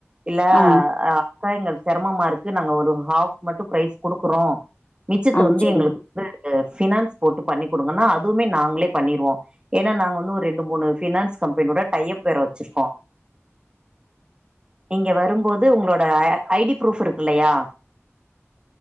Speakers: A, on the right (about 20°); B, on the left (about 25°).
A: இல்ல
B: ஆ.
A: அக்கா எங்கள் சிரமமா இருக்கு நாங்க ஒரு ஹாஃப் மட்டுப் பிரைஸ் குடுக்குறோ மிச்சத்த
B: ஆ
A: வந்து
B: சரிங்க.
A: எங்களுக்கு வந்து ஃபினான்ஸ் போட்டுப் பண்ணி குடுங்கன்னா அ துமே நாங்ளேப் பண்ணிருவோ எனா நாங்க வந்து ஒரு ரெண்டு மூனு ஃபினான்ஸ் கம்பெனியோட டையப் வேற வெச்சிருக்கோ நீங்க வரும்போது உங்ளோட அ ஐ டி ப்ரூஃப் இருக்கு இல்லையா